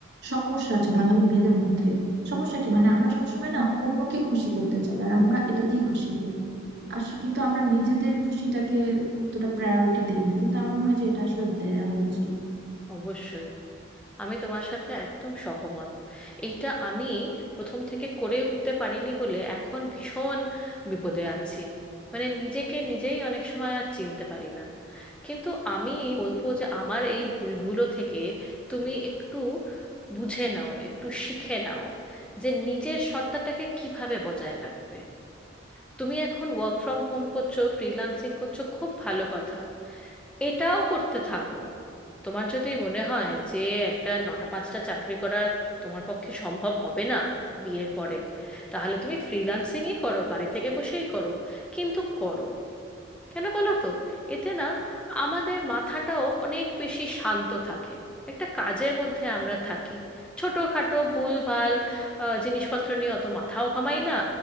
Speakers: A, on the right; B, in the centre.
A: সমস্যা আছে বাঙালি মেয়েদের মধ্যে সমস্যা কি মানে আমরা সবসময় না অন্যকে খুশি করতে চাই আর আমরা এটাতেই খুশি হই আসলে কিন্তু আমরা নিজেদের খুশিটাকে তোটা প্রায়োরিটি দেই না কিন্তু আমার মনে হয় যে এটা আসলে দেওয়া উচিত
B: অবশ্যই আমি তোমার সাথে একদম সহমত এইটা আমি প্রথম থেকে করে উঠতে পারিনি বলে এখন ভীষণ বিপদে আছি মানে নিজেকে নিজেই অনেক সময় আর চিনতে পারি না কিন্তু আমি বলবো যে আমার এই ভুলগুলো থেকে তুমি একটু বুঝে নাও একটু শিখে নাও যে নিজের সত্তাটাকে কিভাবে বজায় রাখবে তুমি এখন ওয়ার্ক ফ্রম হোম করছো ফ্রিল্যান্সিং করছো খুব ভালো কথা এটাও করতে থাকো তোমার যদি মনে হয় যে একটা নটা পাঁচটা চাকরি করা তোমার পক্ষে সম্ভব হবে না বিয়ের পরে তাহলে তুমি ফ্রিল্যান্সিংই করো বাড়ি থেকে বসেই করো কিন্তু করো কেন বলো তো এতে না আমাদের মাথাটাও অনেক বেশি শান্ত থাকে একটা কাজের মধ্যে আমরা থাকি ছোটোখাটো ভুল ভাল আহ, জিনিসপত্র নিয়ে অত মাথাও ঘামাই না